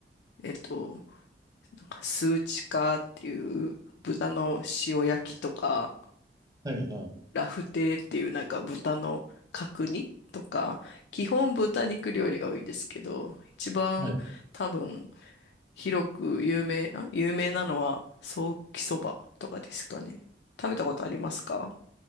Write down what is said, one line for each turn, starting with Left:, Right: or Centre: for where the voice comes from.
Left: えっと、なんかスーチカーっていう豚の塩焼きとか、
Right: はいはい。
Left: ラフテーっていうなんか豚の角煮とか、基本豚肉料理が多いんですけど、一番多分
Right: はい。
Left: 広く有名、あ、有名なのはソーキそばとかですかね。食べたことありますか